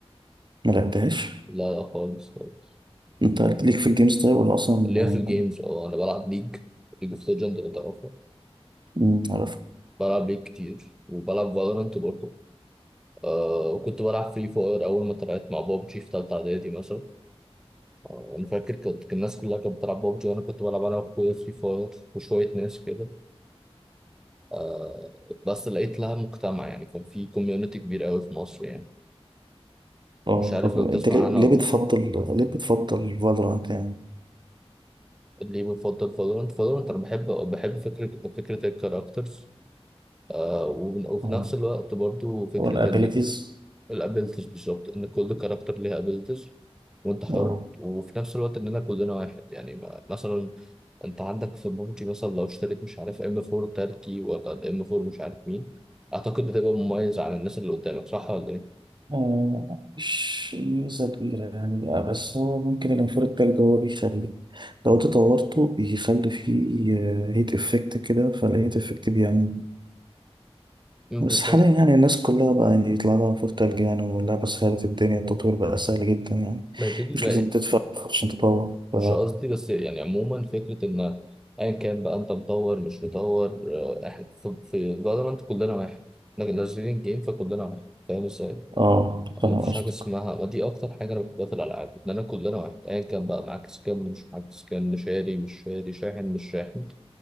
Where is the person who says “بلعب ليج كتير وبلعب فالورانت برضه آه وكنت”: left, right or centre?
Centre